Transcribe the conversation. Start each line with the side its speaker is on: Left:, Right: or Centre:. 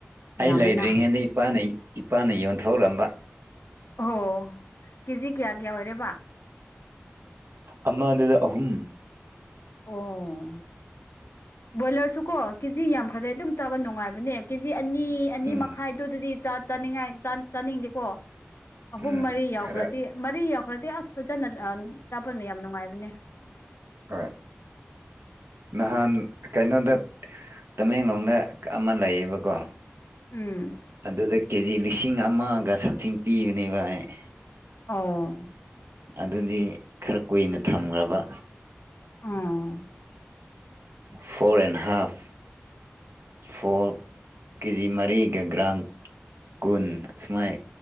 Left: ꯌꯥꯝꯃꯦꯅ
Right: ꯑꯩ ꯂꯩꯗ꯭ꯔꯤꯉꯩꯗ ꯏꯄꯥꯅ ꯏꯄꯥꯅ ꯌꯣꯟꯊꯔꯛꯑꯝꯕ
Left: ꯑꯣꯣ ꯀꯦꯖꯤ ꯀ꯭ꯌꯥ ꯀ꯭ꯌꯥ ꯑꯣꯏꯔꯦꯕ
Right: ꯑꯃꯅꯦꯗ ꯑꯍꯨꯝ
Left: ꯑꯣ ꯕꯣꯏꯂꯔꯁꯨ ꯀꯣ ꯀꯦꯖꯤ ꯌꯥꯝꯈ꯭ꯔꯗꯤꯩ ꯑꯗꯨꯝ ꯆꯥꯕ ꯅꯨꯡꯉꯥꯏꯕꯅꯦ ꯀꯦꯖꯤ ꯑꯅꯤ ꯑꯅꯤ
Right: ꯎꯝ
Left: ꯃꯈꯥꯏꯗꯨꯗꯗꯤ ꯆꯥꯅꯤꯡꯉꯥꯏ ꯆꯥꯅꯤꯡꯗꯦꯀꯣ
Right: ꯎꯝ
Left: ꯑꯍꯨꯝ ꯃꯔꯤ
Right: ꯈꯔ
Left: ꯌꯥꯎꯈ꯭ꯔꯗꯤ ꯃꯔꯤ ꯌꯥꯎ ꯈꯔꯗꯤ ꯑꯁ ꯐꯖꯅ ꯇ꯭ꯔꯥꯄꯅ ꯌꯥꯝ ꯅꯨꯡꯉꯥꯏꯕꯅꯦ
Right: ꯍꯥꯣꯏ ꯅꯍꯥꯟ ꯀꯩꯅꯣꯗ ꯇꯃꯦꯡꯂꯣꯡꯗ ꯑꯃ ꯂꯩꯌꯦꯕꯀꯣ
Left: ꯎꯝ
Right: ꯑꯗꯨꯗ ꯀꯦꯖꯤ ꯂꯤꯁꯤꯡ ꯑꯃꯒ ꯁꯝꯊꯤꯡ ꯄꯤꯕꯅꯦ ꯚ ꯑꯩ
Left: ꯑꯥ
Right: ꯑꯗꯨꯗꯤ ꯈꯔ ꯀꯨꯏꯅ ꯊꯝꯈ꯭ꯔꯕ
Left: ꯑꯥ
Right: ꯐꯣꯔ ꯑꯦꯟ ꯍꯥꯐ ꯐꯣꯔ ꯀꯦꯖꯤ ꯃꯔꯤꯒ ꯒ꯭ꯔꯝ ꯀꯨꯟ ꯑ ꯁꯃꯥꯏ